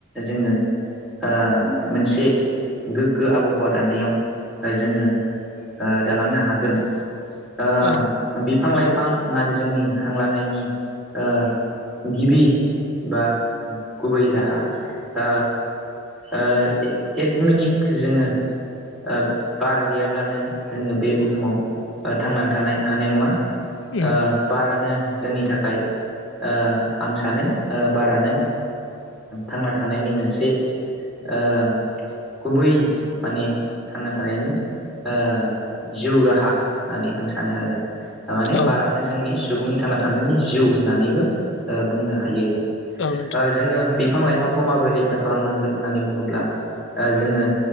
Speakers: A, in the centre; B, on the left.
A: जोङो ओ मोनसे गोग्गो आबहावा दानायाव जोङो दालांनो हागोन ओ
B: औ
A: बिफां-लाइ फाङानो जोंनि हां लानायनि ओ गिबि बा गुबै राहा ओ ओ ए-एक मिनिट जोङो ओ बार गैयाबनो जों बे बुहुमाव ओ थांनानै‌ हानाय नङा ओ
B: उम
A: बारानो जोंनि थाखाय ओ आं सानो बारानो थांना ओ थानायनि मोनसे ओ गुबै माने थांना थानायनि ओ जिउ राहा होननानै आं सानो आरो माने
B: औ
A: बारानो जोंनि सुबुंनि थांना थानायनि जिउ होननानैबो आ बुंनो हायो
B: औ नोंथां
A: ओ जोङो बिफां लाइफांखौ माबोरै रैखा खालामनांगोन होननानै बुङोब्ला ओ जोङो